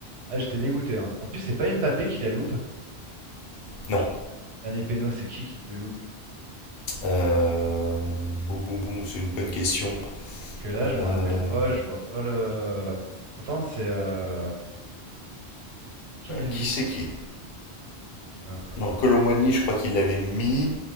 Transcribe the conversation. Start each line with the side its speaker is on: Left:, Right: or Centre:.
Right: Ah, j'étais dégoûté. hein. En plus, c'est pas Mbappé qui la loupe.
Left: Non.
Right: Dernier péno, c'est qui qui le loupe?
Left: Euh, Boum, boum, boum, c'est une bonne question.
Right: Parce que là,
Left: Euh,
Right: je me rappelle pas, je vois pas le. Pourtant, c'est euh, qui le
Left: Qui
Right: loupe?
Left: c'est qui est.
Right: Euh,
Left: Non, Colomboigny, je crois qu'il l'avait mis.